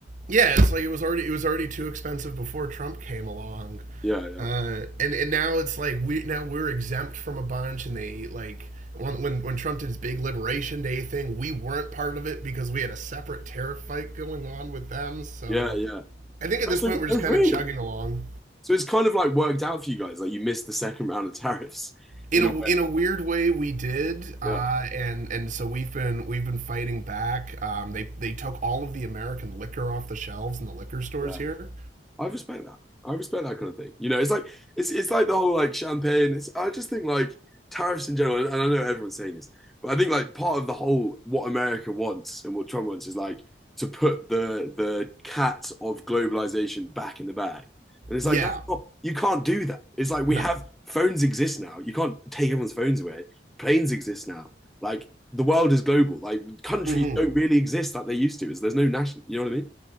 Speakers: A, on the right; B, in the centre.
A: yeah, it's like it was already it was already too expensive before Trump came along,
B: Yeah, yeah.
A: uh, and and now it's like we now we're exempt from a bunch, and they like when when, Trump did his big Liberation Day thing, we weren't part of it because we had a separate tariff fight going on with them. So
B: Yeah, yeah.
A: I think at
B: But
A: this
B: it's
A: point
B: like,
A: we're just
B: oh
A: kind
B: really?
A: of chugging along.
B: So it's kind of like worked out for you guys. Like you missed the second round of tariffs
A: In
B: in
A: a,
B: a way.
A: in a weird way, we did, uh,
B: Yeah.
A: and and so we've been we've been fighting back. Um, they they took all of the American liquor off the shelves in the liquor stores
B: Yeah.
A: here.
B: I respect that. I respect that kind of thing. You know, it's like it's it's like the whole like champagne. It's, I just think like tariffs in general, and I know everyone's saying this, but I think like part of the whole what America wants and what Trump wants is like to put the the cat of globalization back in the bag. And it's
A: Yeah,
B: like that's not you can't do that. It's like we
A: no,
B: have phones exist now. You can't take everyone's phones away. Planes exist now. Like the world is global. Like countries
A: mm-hmm.
B: don't really exist like they used to. Is there's no national. You know what I mean?